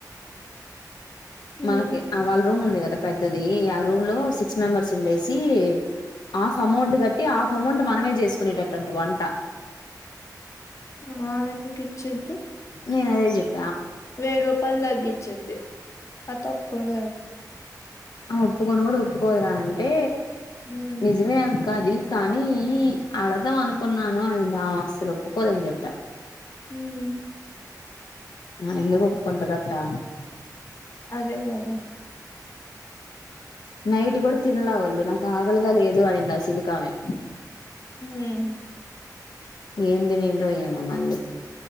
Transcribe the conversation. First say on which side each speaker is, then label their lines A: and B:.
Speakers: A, on the left; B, on the left.
A: హ్మ్
B: మనకి వాళ్ళ రూమ్ ఉంది కదా పెద్దది ఆ రూమ్ లో సిక్స్ మెంబర్స్ ఉండేసి. ఆఫ్ అమౌంట్ కట్టి ఆఫ్ అమౌంట్ మనమే చేసుకునేటంట వంట.
A: ఆ మనెందుక్ ఇచ్చది.
B: నేనదే చెప్.
A: వెయ్యి రూపాయలు తగ్గించిది అ తక్కువ.
B: ఆమే ఒప్పుకొని కూడా ఒప్పుకోదరా అంటే
A: హ్మ్
B: నిజమే. అది కానీ అడదాం అనుకున్నాను అని నా అసలు ఒప్పుకోదని చెప్ప.
A: హుమ్.
B: నను ఎందుకు ఒప్పుకుంటుది అట్టా.
A: అదే కదా.
B: నైట్ కూడా తినలేవాళ్ళు నాకు ఆకలిగ లేదు అనింది ఆస్లక్ ఆమె.
A: హుమ్.
B: ఏంది తినిండ్రో ఏమో మళ్లీ